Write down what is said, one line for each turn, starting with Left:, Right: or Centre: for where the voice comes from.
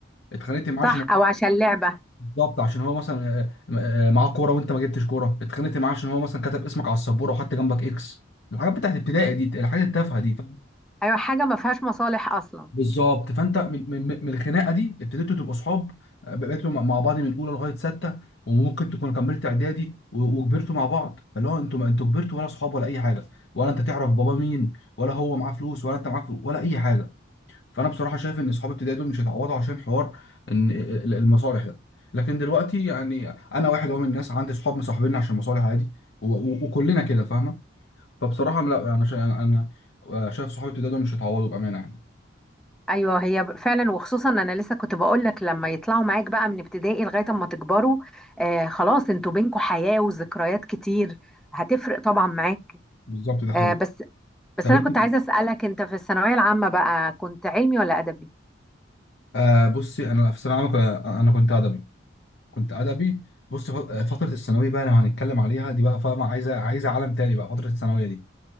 Left: اتخانقت معاه
Centre: صح
Left: عشان هو
Centre: او عشان لعبه
Left: بالظبط عشان هو مثلا آه، آه، معاه كوره وانت ما جبتش كوره اتخانقت معاه عشان هو مثلا كتب اسمك على السبوره وحط جنبك اكس الحاجات بتاعت ابتدائي دي الحاجات التافهه دي
Centre: ايوه حاجه ما فيهاش مصالح اصلا
Left: بالظبط فانت من, من, من الخناقه دي ابتديتوا تبقوا اصحاب بقيتوا مع مع بعض من اولى لغايه سته وممكن تكونوا كملت اعدادي و- وكبرتوا مع بعض فاللي هو انتوا ما انتوا كبرتوا ولا اصحاب ولا اي حاجه ولا انت تعرف بابا مين ولا هو معاه فلوس ولا انت معاك فلوس ولا اي حاجه فانا بصراحه شايف ان اصحاب ابتدائي دول مش هيتعوضوا عشان حوار ان ال- المصالح ده لكن دلوقتي يعني انا واحد اهو من الناس عندي اصحاب مصاحبيني عشان مصالح عادي و- و- وكلنا كده فاهمه فبصراحه لا انا شا- انا أنا شايف صحابي ابتدائي دول مش هيتعوضوا بامانه يعني
Centre: ايوه هي ب- فعلا وخصوصا انا لسه كنت بقول لك لما يطلعوا معاك بقى من ابتدائي لغايه اما تكبروا آه خلاص انتوا بينكوا حياه وذكريات كتير هتفرق طبعا معاك
Left: بالظبط ده حقيقي
Centre: آه بس بس
Left: طب
Centre: انا
Left: انت
Centre: كنت عايزه اسالك انت في الثانويه العامه بقى كنت علمي ولا ادبي
Left: آه بصي انا في ثانويه عامه ك- انا كنت ادبي كنت ادبي بص فت- فتره الثانويه بقى لو هنتكلم عليها دي بقى فاهمه عايزه عايزه عالم تاني بقى فتره الثانويه دي